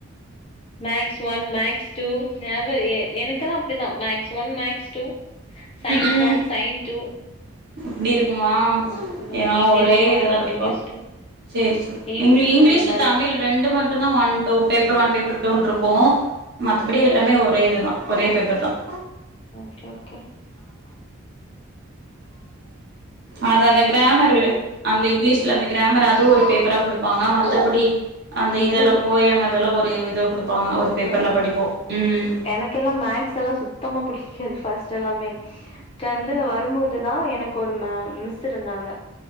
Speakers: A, on the left; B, on the right.
A: மேக்ஸ் ஒன் மேக்ஸ் டூ ஞாபக ஏ எனக்கெல்லாம் அப்டிதான் maths one maths two science
B: ம்
A: ஒன் சைன்ஸ் டூ
B: இப்டி இருக்குமா
A: ம்
B: நாங்க
A: இங்கிலீஷ்
B: ஒரே
A: ஒன்
B: இத தான் படிப்போம்
A: இங்கிலீஷ் டூ
B: சரி சரி
A: இங்
B: இங்கிலீஷ்
A: அந்த மாரி
B: தமிழ் ரெண்டு மட் னா one two paper one paper டூனு இருக்கும் மத்தபடி எல்லாமே ஒரே இதுதான் ஒரே பேப்பர் தான்
A: ஓகே ஓகே
B: அது அந்த கிராமரு அந்த இங்கிலீஷல அந்த கிராமர் அதுவும் ஒரு பேப்பரா கொடுப்பாங்க மத்தபடி அந்த இதெல்லாம்
A: எனக்கு
B: போயம் அதெல்லாம் ஒரு <inaudible> பேப்பர்ல
A: ம்
B: படிப்போ ம்
A: எனக்குலாம் மேக்ஸ்லாம் சுத்தமா பிடிக்காது ஃபஸ் ட்லாம் எல்லாமே சந்துல வரும்போதுதான் எனக்கு ஒரு மே மிஸ் இருந்தாங்க